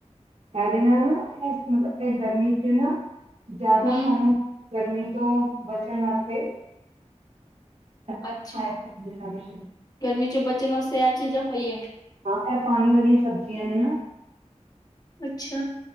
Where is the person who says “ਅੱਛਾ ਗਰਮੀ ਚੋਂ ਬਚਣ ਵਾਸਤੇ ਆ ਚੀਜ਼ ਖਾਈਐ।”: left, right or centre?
Left